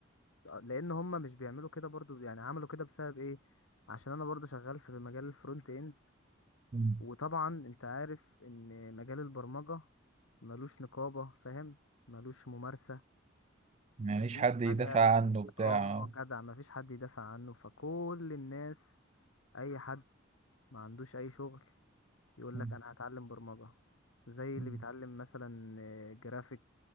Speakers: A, on the left; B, on the right.
A: لان هم مش بيعملوا كده برضو يعني عملوا كده بسبب ايه عشان انا برضو شغال في مجال الفرونت اند
B: مم.
A: وطبعا انت عارف ان مجال البرمجة ملوش نقابة فاهم ملوش ممارسة
B: ما
A: مفيش
B: ليش حد يدافع
A: حاجة
B: عنه بتاع
A: اه جدع مفيش حد يدافع عنه فكل الناس اي حد ما عندوش اي شغل يقول
B: مم.
A: لك انا هتعلم برمجة زي اللي
B: مم.
A: بيتعلم مثلا آه، جرافيك